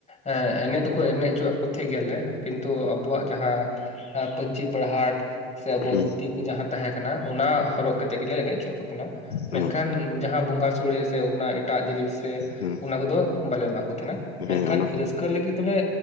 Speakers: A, on the left (about 20°); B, on the left (about 80°).
A: ᱮᱸ ᱮᱱᱮᱡ ᱫᱚᱠᱚ ᱮᱱᱮᱡ ᱦᱚᱪᱚᱣᱟᱜ ᱠᱚ ᱛᱟᱦᱮᱸᱫ ᱜᱮᱭᱟᱞᱮ ᱠᱤᱱᱛᱩ ᱟᱵᱚᱣᱟᱜ ᱡᱟᱦᱟᱸ ᱯᱟᱹᱱᱪᱤᱪᱤ- ᱯᱟᱲᱦᱟᱴ ᱥᱮ ᱟᱵᱚ
B: ᱦᱮᱸ
A: ᱫᱷᱩᱛᱤ ᱠᱚ ᱡᱟᱦᱟᱸ ᱛᱟᱦᱮᱸ ᱠᱟᱱᱟ᱾ ᱚᱱᱟ ᱦᱚᱨᱚᱜ ᱠᱟᱛᱮ ᱜᱮᱞᱮ ᱮᱱᱮᱡ ᱡᱚᱜᱣᱟᱜ ᱠᱟᱱᱟ ᱢᱮᱱᱠᱷᱟᱱ
B: ᱚ
A: ᱡᱟᱦᱟᱸ ᱵᱚᱸᱜᱟ ᱥᱳᱲᱮ ᱥᱮ ᱚᱱᱟ ᱮᱴᱟᱜ ᱡᱤᱱᱤᱥ ᱥᱮ
B: ᱦᱮᱸ
A: ᱚᱱᱟ ᱠᱚᱫᱚ ᱵᱟᱞᱮ ᱮᱢᱟᱜ ᱠᱚ ᱛᱟᱦᱮᱸᱱᱟ ᱢᱮᱱᱠᱷᱟᱱ
B: ᱦᱮᱸ ᱚᱱᱟ
A: ᱨᱟᱹᱥᱠᱟᱹ ᱞᱟᱹᱜᱤᱫ ᱫᱚᱞᱮ